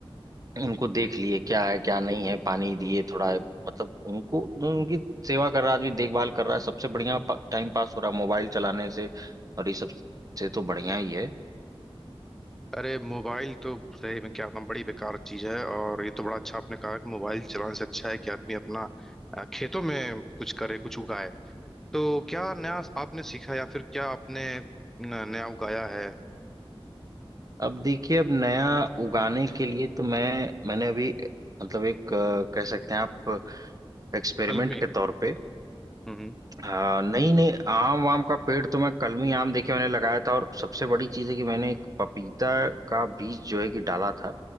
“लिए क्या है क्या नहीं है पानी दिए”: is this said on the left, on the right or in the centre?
Right